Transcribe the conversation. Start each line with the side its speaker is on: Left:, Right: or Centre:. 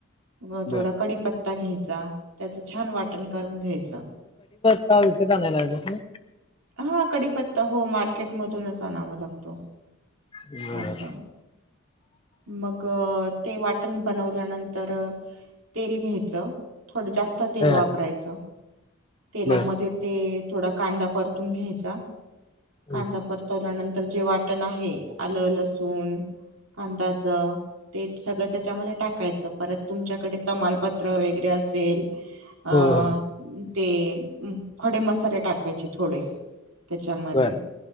Right: व
Left: बर
Right: थोडा कढीपत्ता घ्यायचा त्याच छान वाटण करून घ्यायचं
Left: काय विकत आणाय लाग असलं
Right: हा कढीपत्ता हो मार्केट मधूनच आणावं लागतो
Left: बर
Right: अस मग ते वाटण - बनवल्यानंतर तेल घ्यायचं थोडं जास्त तेल
Left: हा
Right: वापरायचं तेलामध्ये
Left: बर
Right: ते थोडा कांदा परतून घ्यायचा
Left: हं.
Right: कांदा परतवल्यानंतर जे वाटण आहे आलं लसून कांदाच ते सगळं त्याच्यामध्ये टाकायचं परत तुमच्याकडे तमालपत्र वगैरे असेल अ
Left: हो हो
Right: ते खडे मसाले टाकायचे थोडे त्याच्यामध्ये
Left: बर